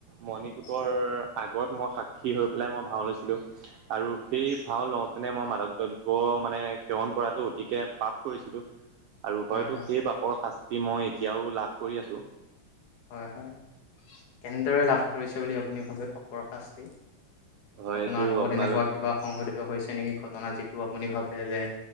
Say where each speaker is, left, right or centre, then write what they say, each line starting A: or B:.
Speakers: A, on the right (about 80°); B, on the left (about 85°).
A: মণিকোটৰ
B: হয়
A: আগত মই সাক্ষী হৈ পেলাই মই ভাও লৈছিলোঁ, আৰু সেই
B: হয়
A: ভাও লওঁতেনে মই মাদক দ্ৰব- প মানে সেৱন কৰাতটো অতিকে পাপ কৰিছিলো আৰু হয়তো
B: হয় হয়
A: সেই পাপৰ শাস্ত- তি মই এতিয়াও লাভ কৰি আছোঁ।
B: হয় হয় কেনেদৰে লাভ কৰিছে বুলি আপুনি ভাবে পাপৰশাস্তি।
A: হয়তো
B: আপোনাৰ লগত
A: আপোনালোক
B: এনেকুৱা কিবা সংঘটিত হৈছে নেকি ঘটনা যিটো আপুনি ভাবে যে